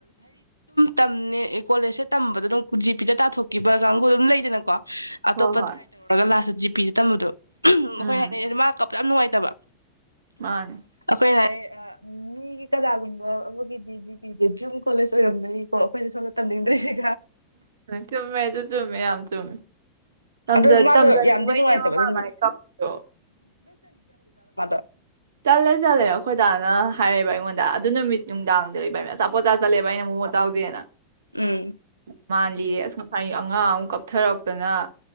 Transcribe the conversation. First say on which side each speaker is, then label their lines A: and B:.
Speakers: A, on the right (about 90°); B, on the right (about 60°).
A: ꯇꯝꯅꯦ ꯀꯣꯂꯦꯁꯁꯦ ꯇꯝꯕꯗꯣ ꯑꯗꯨꯝ ꯖꯤ ꯄꯤꯗ ꯇꯥꯊꯣꯛꯈꯤꯕ ꯀꯥꯡꯒꯨꯗꯨ ꯑꯗꯨꯝ ꯂꯩꯗꯅꯀꯣ ꯑꯇꯣꯞꯄ
B: ꯍꯣꯏ ꯍꯣꯏ
A: ꯇ꯭ꯔꯥꯏ ꯇꯧꯔꯨꯔꯥꯒ ꯂꯥꯁꯇꯥ ꯖꯤꯄꯤꯗ ꯇꯝꯕꯗꯣ
B: ꯎꯝ
A: ꯑꯈꯣꯏ ꯍꯥꯏ ꯅꯩꯅꯦ ꯃꯥ ꯀꯞ ꯌꯥꯝ ꯅꯨꯡꯉꯥꯏꯇꯕ
B: ꯃꯥꯅꯦ
A: ꯑꯈꯣꯏꯅ ꯍꯥꯏꯔꯦ ꯃꯤꯒꯤ ꯀꯅꯥꯒꯨꯝꯕ ꯑꯃꯒꯤꯗꯤ G P J dream college ꯑꯣꯏꯔꯝꯗꯣꯏꯅꯤꯀꯣ ꯑꯈꯣꯏꯅ ꯁꯣꯝꯗ ꯇꯝꯅꯤꯡꯗ꯭ꯔꯤꯁꯦ
B: ꯆꯨꯝꯃꯦ ꯑꯗꯨ ꯆꯨꯝꯃꯦ ꯌꯥꯝ ꯆꯨꯝꯃꯦ ꯇꯝꯖ
A: ꯑꯗꯨ ꯃꯥꯗꯣ
B: ꯇꯝꯖꯅꯤꯡꯕꯩꯅꯦꯕ
A: ꯌꯥꯝꯗꯤ ꯅꯨꯡꯉꯥꯏꯇꯕ
B: ꯃꯥ
A: ꯗꯨꯅꯨꯃꯤꯠꯇꯣ
B: ꯃꯥꯏ ꯀꯞꯄꯤꯗꯣ
A: <unintelligible> <unintelligible>
B: ꯆꯠꯂꯦ ꯆꯠꯂꯦ ꯑꯩꯈꯣꯏ ꯗꯥꯅ ꯍꯥꯏꯔꯦꯕ ꯑꯩꯉꯣꯟꯗ ꯑꯗꯨ ꯅꯨꯃꯤꯠ ꯅꯨꯡꯗꯥꯡꯗ ꯏꯕꯥꯟꯅꯤ ꯑꯆꯥꯄꯣꯠ ꯆꯥ ꯆꯠꯂꯦꯕ ꯑꯩꯅ ꯃꯣꯃꯣ ꯆꯥꯎꯁꯦꯅ
A: ꯎꯝ
B: <inaudible> ꯃꯥꯜꯂꯤꯌꯦ ꯍꯩ ꯑꯉꯥꯡ ꯑꯃ ꯀꯞꯊꯔꯛꯇꯅ